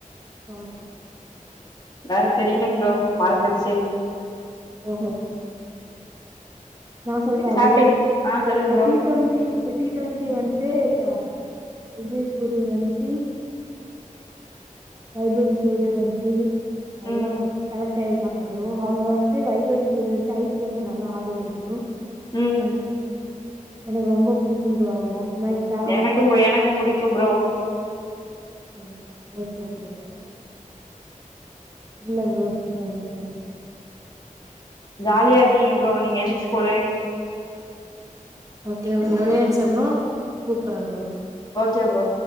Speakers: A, on the right (about 25°); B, on the left (about 30°).
A: <unintelligible>
B: வேற தெரியலைங்க ப்ரோ மறந்துருச்சு
A: ஓஹோ நா சொல்டா
B: சாப்ட்டீங்
A: ப்ரோ
B: ஆ சொல்லுங்க
A: இப்ப
B: ப்ரோ
A: டீ டொண்டி இப்ப டி டொண்டி வந்த்ட்டு இப்ப உதய சூரியன் வன்ச்சு வைபவன் சூரிய வன்ச்சி எல்லா
B: ம்
A: செலெக்ட் ஆயிருக்காங்க ப்ரோ அவுங்க வந்த்ட்டு வைபௌ சூரியன் வெச்சு ஐ பி எல் லா நல்லா ஆடு வாரு ப்ரோ
B: உம்
A: எனக்கு ரொம்போ புடிக்கோ ப்ரோ அவர மை ஃபேவரட்
B: எனக்கும் எனக்கும் புடிக்கும் ப்ரோ
A: ம் ஓகே ஓகே ப்ரோ இல்ல ப்ரோ இனிமேல்தா ப்ரோ
B: ஜாலியா இருக்கீங்க ப்ரோ நீங்க எந்த ஸ்கூலு
A: ஓகே ப்ரோ ஒரே நிம்ஸோ ப்ரோ கூப்புர்ற ப்ரோ
B: ஓகே ப்ரோ